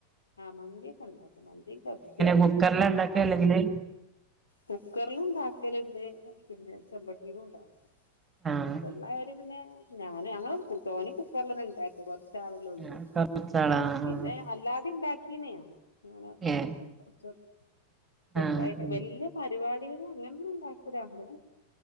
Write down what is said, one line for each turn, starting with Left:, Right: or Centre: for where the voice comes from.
Left: ആ മന്തിയൊക്കെണ്ടാ മന്തീം കഫ്സയും
Right: കുക്കറില ഉണ്ടാക്ക അല്ലെങ്കില്
Left: കുക്കറിലും ഉണ്ടാക്കലുണ്ട് പിന്നെ <unintelligible> ഒണ്ടാക്കും
Right: ആഹ്
Left: കുക്കറിൽ ആയാലും പിന്നെ ഞാന് ഞങ്ങള് തോനെ കുക്കറില് ന്ന് ണ്ടാക്ക കൊ ച്ചവാലോള്ളൂ
Right: ആഹ് കൊറച്ചാളാ
Left: അപ്പ പിന്നെ
Right: ആഹ്
Left: അല്ലാതെ ണ്ടാക്കി <unintelligible> യാണ്
Right: ഏഹ്
Left: <unintelligible> ചെറുതായിട്ട്
Right: ആഹ്
Left: വല്യ പരിപാടികൾ അങ്ങനെ ഒന്നും ഉണ്ടാക്കൂല്ല നമ്മൾ